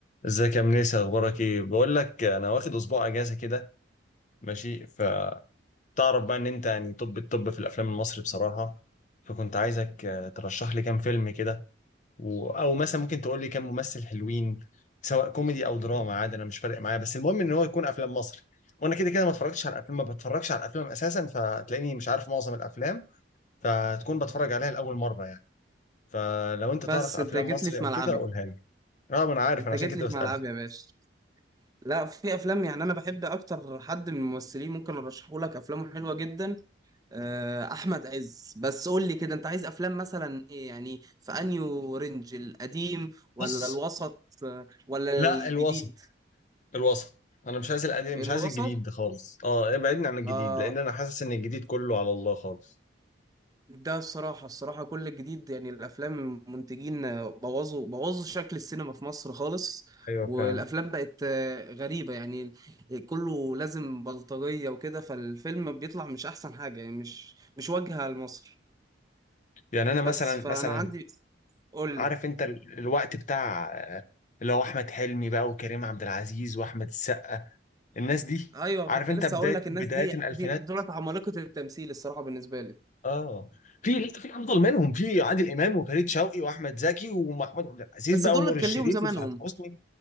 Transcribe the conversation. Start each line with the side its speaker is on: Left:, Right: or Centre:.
Left: ازيك يا منيس اخبارك ايه بقول لك انا واخد اسبوع اجازه كده ماشي فتعرف بقى ان انت يعني طب الطب في الافلام المصري بصراحه فكنت عايزك آه، ترشح لي كام فيلم كده و... او مثلا ممكن تقول لي كام ممثل حلوين سواء كوميدي او دراما عادي انا مش فارق معايا بس المهم ان هو يكون افلام مصري وانا كده كده ما اتفرجتش على الافلام ما بتفرجش على الافلام اساسا فتلاقيني مش عارف معظم الافلام فتكون بتفرج عليها لاول مره يعني فلو انت تعرف
Right: بس
Left: افلام
Right: انت جيت
Left: مصري
Right: لي في
Left: او
Right: ملعبي
Left: كده قولها لي اه ما انا عارف
Right: انت
Left: انا عشان
Right: جيت
Left: كده
Right: لي
Left: بسالك
Right: في ملعبي يا باشا لا في افلام يعني انا بحب اكتر حد من الممثلين ممكن ارشحه لك افلامه حلوه جدا آه، احمد عز بس قول لي كده انت عايز افلام مثلا ايه يعني في انيو رينج القديم ولا
Left: بص
Right: الوسط آه، ولا
Left: لا
Right: الجديد
Left: الوسط الوسط انا مش عايز القديم
Right: الوسط
Left: مش عايز الجديد ده خالص اه ابعدني عن الجديد
Right: آه
Left: لان انا حاسس ان الجديد كله على الله خالص
Right: ده الصراحة الصراحة كل الجديد يعني الأفلام منتجين آه، بوظوا بوظوا شكل السينما في مصر خالص
Left: ايوه
Right: والأفلام
Left: فعلا
Right: بقت آه، غريبة يعني كله لازم بلطجية وكده فالفيلم بيطلع مش أحسن حاجة يعني مش مش واجهة لمصر
Left: يعني انا مثلا
Right: بس فأنا
Left: مثلا
Right: عندي قول
Left: عارف
Right: لي
Left: انت ال- الوقت بتاع آه، اللي هو احمد حلمي بقى وكريم عبد العزيز واحمد السقا الناس دي
Right: أيوه
Left: عارف
Right: كنت
Left: انت
Right: لسه
Left: بدايه
Right: أقول لك
Left: بدايه
Right: الناس دي
Left: الالفينات
Right: دي- دولت عمالقة التمثيل الصراحة بالنسبة لي
Left: اه في لسه في افضل منهم في عادل امام وفريد شوقي واحمد زكي ومحمود عبد العزيز
Right: بس
Left: بقى
Right: دولت
Left: ونور الشريف
Right: كان ليهم زمانهم
Left: وسعاد حسني